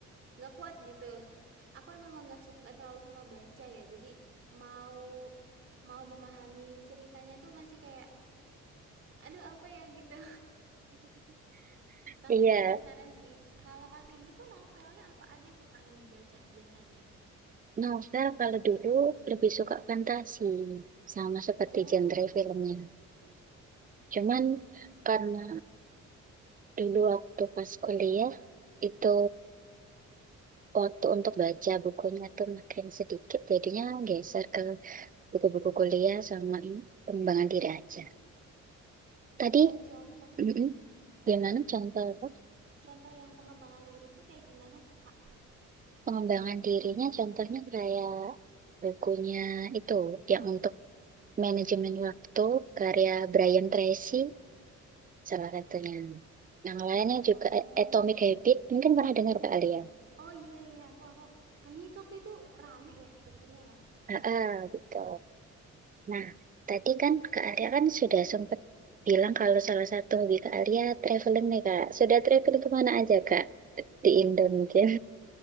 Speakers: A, on the right; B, on the right.
A: nggak kuat gitu aku memang nggak suka nggak terlalu suka baca ya jadi mau mau memahami ceritanya tuh masih kayak aduh apa ya gitu <laughs> tapi
B: Iya,
A: penasaran sih kalau Kak Vindi tuh novelnya apa aja tuh Kak yang dibaca biasanya
B: novel kalau dulu lebih suka fantasi. Sama seperti
A: Oh,
B: genre filmnya. Cuman karena dulu waktu pas kuliah itu waktu untuk baca bukunya tuh makin sedikit. Jadinya geser ke buku-buku kuliah sama pengembangan diri aja.
A: oh
B: Tadi
A: contoh hmm?
B: Mm-mm. Gimana contoh apa?
A: contoh yang pengembangan diri tuh kayak gimana tuh Kak
B: Pengembangan dirinya contohnya kayak bukunya itu yang untuk manajemen waktu karya Brian Tracy salah satunya. Yang lainnya juga
A: oh,
B: A- Atomic Habit mungkin pernah dengar Kak Alia.
A: oh iya iya aku aku kayaknya itu waktu itu rame ya bukunya ya.
B: Ah, ah, gitu. Nah, tadi kan Kak Alia kan sudah sempat bilang kalau salah satu hobi Kak Alia traveling nih Kak. Sudah traveling kemana aja Kak? Di Indo mungkin.